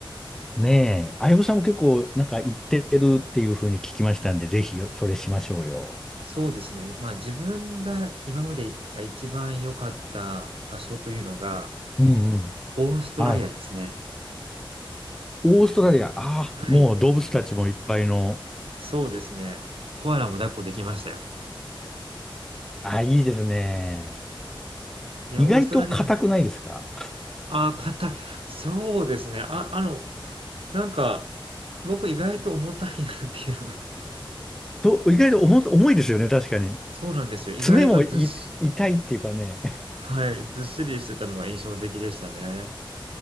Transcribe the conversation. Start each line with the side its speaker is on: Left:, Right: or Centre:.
Centre: ねえ。あゆむさんも結構なんか行ってるっていうふうに聞きましたんで、ぜひよそれしましょうよ。
Right: そうですね。まあ自分が今まで行った一番良かった場所というのが、
Centre: うんうん。
Right: オーストラリアですね。
Centre: はい。オーストラリア、ああ、
Right: はい。
Centre: もう動物たちもいっぱいの。
Right: そうですね。コアラも抱っこできましたよ。
Centre: ああ、いいですね。
Right: で、
Centre: 意外と硬くないですか
Right: オーストラリア。ああ、硬い。そうですね。あ、あの、なんか、僕意外と重たいなっていうのが <laughs>
Centre: と、意外と重、重いですよね、確かに。
Right: そうなんですよ。意外とずっし
Centre: 爪もい痛いっていうかね、
Right: はい、ずっしりしてたのが印象的でしたね。